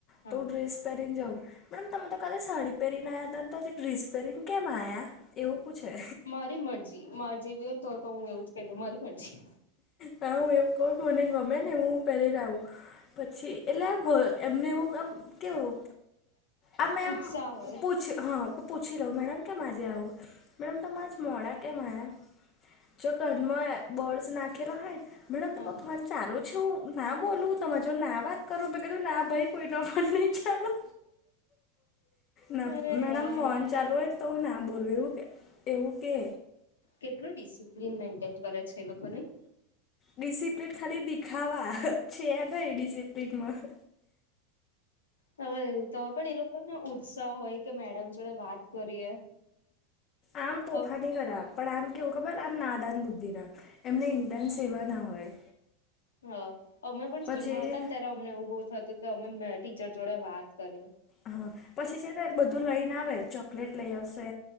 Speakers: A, on the left; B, on the left.
A: હા
B: તો ડ્રેસ પહેરીને જઉ મેડમ તમે તો કાલે સાડી પહેરીને આવ્યા તા ને ડ્રેસ પેરીને કેમ આયા એવું પૂછે.
A: મારી મરજી માર જેવી હોયને તો તો હું એવું જ કહી દઉ મારી મરજી.
B: હા હું એવું કહું મને ગમે ને હું પહેલી આવું પછી એટલે આમ એમને એવું આમ કેવું આ મેમ
A: ઉત્સાહ હોય
B: પૂછ હા પૂછી લઉં મેડમ કેમ આજે આવું મેડમ તમે આજ મોડા કેમ આયા. જો કાનમાં બોર્ડસ નાખેલા હોય ને મેડમ તમારો
A: હા
B: ફોન ચાલુ છું ના બોલું તમે જો ના વાત કરું મેં કીધું આ ભાઈ કોઈ ન પણ નહી ચાલુ ના
A: અરે
B: મેડમ
A: યાર
B: ફોન ચાલુ હોય તો ના બોલવું એવું કે એવું કે
A: કેટલુ ડિસિપ્લિન મેન્ટેન કરે છે એ લોકોને નઈ
B: ડિસિપ્લીન ખાલી દેખાવા છે નઈ ડિસિપ્લિનમાં.
A: હવે એવું તો હોય પણ એ લોકોને ઉત્સાહ હોય કે મેડમ જોડે વાત કરીએ.
B: આમ તોફાની
A: હા
B: ખરાબ પણ આમ કેવું ખબર આમ નાદાન બુદ્ધિ ના એમને ઇન્ટર્નસ એવા ના હોય.
A: હ અમે પણ
B: પછી
A: સ્કૂલમાં હતા ને ત્યારે અમને એવું બોવ થતું કે અમે મે ટીચર જોડે વાત કરીએ.
B: હા પછી છે ને બધું લઈને આવે ચોકલેટ લઈ આવશે.